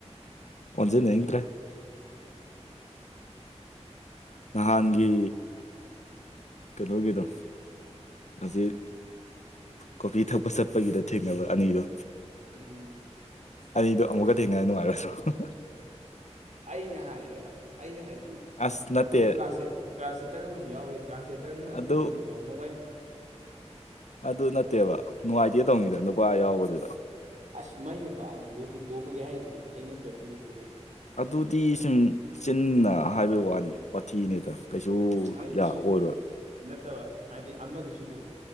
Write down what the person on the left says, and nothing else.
ꯑꯣꯟꯁꯤꯟꯅꯤꯡꯗ꯭ꯔꯦ ꯅꯍꯥꯟꯒꯤ ꯀꯩꯅ‌ꯣꯒꯤꯗꯣ ꯍꯧꯖꯤꯛ ꯀꯣꯐꯤ ꯊꯛꯄ ꯆꯠꯄꯒꯤꯗ ꯊꯦꯡꯅꯕ ꯑꯅꯤꯗꯣ
ꯑꯅꯤꯗꯣ ꯑꯃꯨꯛꯀ ꯊꯦꯡꯅ ꯅꯨꯡꯉꯥꯏꯔ‌ꯣꯏꯗꯔ‌ꯣ
ꯑꯁ ꯅꯠꯇꯦ
ꯑꯗꯨ
ꯑꯗꯨ ꯅꯠꯇꯦꯕ ꯅꯨꯡꯉꯥꯏꯇꯦ ꯇꯧꯅꯤꯗ ꯅꯨꯄꯥ ꯌꯥꯎꯕꯗꯨꯗ
ꯑꯗꯨꯗꯤ ꯁꯨꯝ ꯆꯤꯟꯅ ꯍꯥꯏꯕꯒꯤ ꯋꯥꯅꯤ ꯋꯥꯊꯤꯅꯦꯗ ꯀꯩꯁꯨ
ꯌꯥ
ꯑꯣꯏꯔꯣꯏ